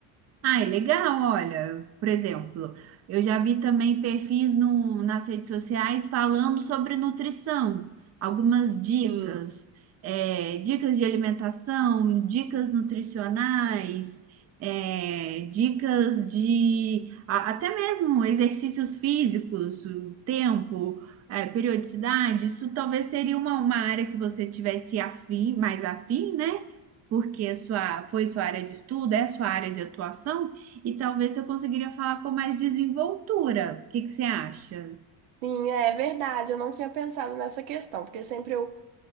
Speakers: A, on the right; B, on the right.
A: Ah, é legal, olha, por exemplo, eu já vi também perfis no, nas redes sociais falando sobre nutrição, algumas dicas,
B: Sim,
A: é, dicas de alimentação, dicas nutricionais, é, dicas de a- até mesmo exercícios físicos, o tempo, é, periodicidade, isso talvez seria uma, uma área que você tivesse afim, mais afim, né? porque é sua, foi sua área de estudo, é sua área de atuação, e talvez eu conseguiria falar com mais desenvoltura. O que que você acha?
B: sim, é verdade. Eu não tinha pensado nessa questão, porque sempre eu